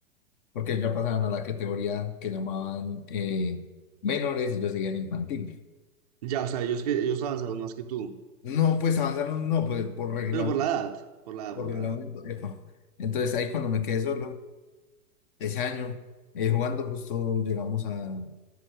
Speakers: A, on the left (about 35°); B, on the right (about 30°).
A: porque ya pasaban a la categoría que llamaban eh, menores y yo seguía en infantil.
B: Ya, o sea, ellos que ellos avanzaron más que tú,
A: No, pues avanzaron, no, pues por reglamento,
B: pero por la edad, por la edad,
A: por
B: por
A: reglamento.
B: la edad.
A: epa. Entonces ahí cuando me quedé solo, ese año, eh, jugando justo llegamos a,